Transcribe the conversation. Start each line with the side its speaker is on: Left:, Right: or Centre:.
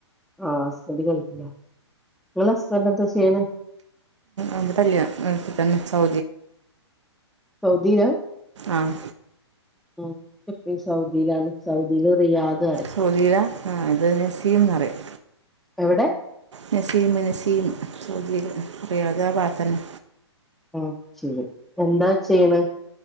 Centre: ആഹ് ഹസ്ബൻഡ് ഗൾഫില ങ്ങളസ്ബൻഡ് ചെയ്യണെ
Right: അല്ല അ മ് തന്നെ സൗ
Centre: സൗദീ ലാ
Right: ആഹ്
Centre: ആ ന്റ പ്പി സൗദിലാണ് സൗദില് റിയാ പറയും
Right: സൗദീല ആ ത് നസീം ന്നറിം
Centre: എവ്ടെ
Right: നെസീമ് നെസീം സൗദീല് റിയാദ് ആ ഭാത്തെന്നെ.
Centre: അ ശരി എന്താ ചെയ്യ്ണ്